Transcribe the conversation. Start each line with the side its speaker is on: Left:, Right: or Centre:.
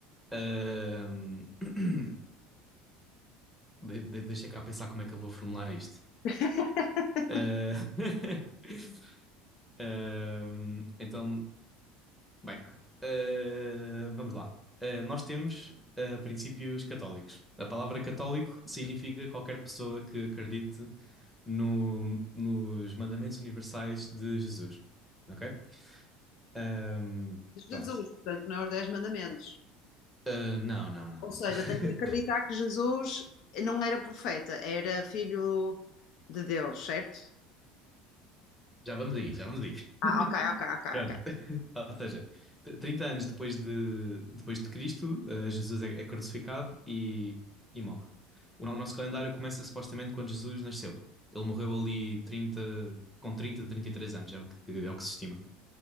Centre: ahm, <clears throat> de- de- deixa cá pensar como é que eu vou formular isto.
Left: <laughs>
Centre: Eh, <laughs> Ahm, então, Bem, eh, vamos lá. Eh, nós temos eh, princípios católicos. A palavra católico significa qualquer pessoa que acredite no- nos mandamentos universais de Jesus. Ok? Ahm,
Left: Jesus,
Centre: pronto.
Left: portanto, não é os 10 mandamentos.
Centre: Eh, não, não, não,
Left: Ou
Centre: não.
Left: seja,
Centre: <laughs>
Left: tem que acreditar que Jesus não era profeta, era filho de Deus, certo?
Centre: Já vamos aí, já vamos aí.
Left: Ah,
Centre: <laughs>
Left: ok, ok, ok,
Centre: Pronto.
Left: ok.
Centre: <laughs> Ou seja, tr- 30 anos depois de, depois de Cristo, eh, Jesus é, é crucificado e, e morre. O, no- o nosso calendário começa supostamente quando Jesus nasceu. Ele morreu ali 30 com trinta trinta e três anos, é o que, é o que se estima.